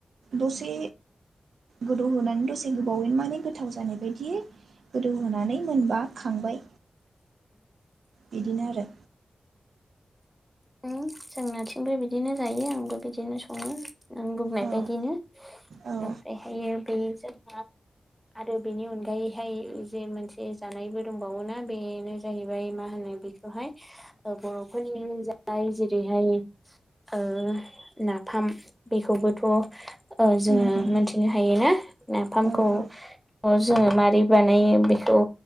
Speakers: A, on the right; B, in the centre.
A: दसे गोदौ होनोनानै दसे गोबावैनो माने गोथाव जानाय बायदि गोदौहोनानै मोनबा खांबाय बिदिनो आरो
B: जोंनाथिंबो बिदिनो जायो आंबो बिदिनो सङो नों बुंनाय
A: औ
B: बायदिनो
A: औ
B: ओमफ्रायहायो बे जोंहा आरो बेनि अनगायैहाय जे मोनसे जानायबो दंबावोना बेनो जाहैबाय मा होनो बेखौहाय बरफोरनि जाय जेरैहाय ओ नाफाम बेफो बोथ जोङो
A: उम उम
B: मिथिनो हायो ना नाफामखौ
A: औ औ
B: ओ जोङो मारै बानायो बेखौ